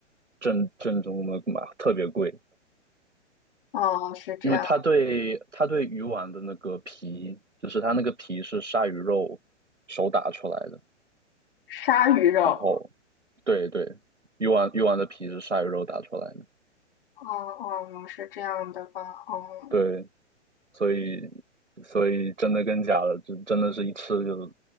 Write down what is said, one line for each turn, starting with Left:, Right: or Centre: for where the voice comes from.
Right: 正正宗的买特别贵，
Left: 嗯，是这样，
Right: 因为它对它对鱼丸的那个皮，就是它那个皮是鲨鱼肉手打出来的，
Left: 鲨鱼肉，
Right: 然后对对，鱼丸鱼丸的皮是鲨鱼肉打出来的，
Left: 嗯嗯，是这样的吧，嗯。
Right: 对。所以所以真的跟假的，就真的是一吃就